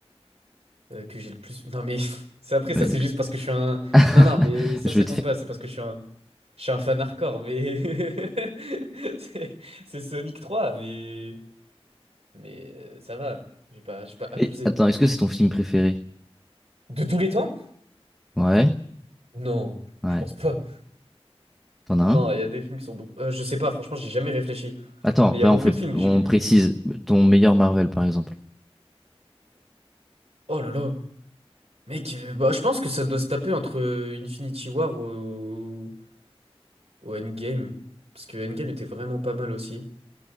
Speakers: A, on the right (about 85°); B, in the centre.
A: Euh, que j'ai le plus. Non, mais <laughs> c'est après ça,
B: Ouais,
A: c'est
B: c'est-
A: juste parce que je suis un.
B: <laughs>
A: Non, non, mais ça,
B: Je-
A: ça compte pas. C'est parce que je suis un, je suis un fan hardcore. Mais <laughs> c'est c'est Sonic 3, mais mais euh, ça va. J'ai pas, j'ai pas abusé.
B: Eh, attends, est-ce que c'est ton film préféré?
A: De tous les temps?
B: Ouais.
A: Non,
B: Ouais.
A: je pense pas.
B: T'en as
A: Non,
B: un?
A: il y a des films qui sont beaucoup. euh, je sais pas. Franchement, j'ai jamais réfléchi.
B: Attends,
A: Mais il y
B: va,
A: a beaucoup
B: on fait...
A: de films.
B: on
A: J'ai vu.
B: précise. Ton meilleur Marvel, par exemple.
A: Oh là là. Mec, euh, bah, je pense que ça doit se taper entre euh, Infinity War au... au Endgame. Parce que Endgame était vraiment pas mal aussi.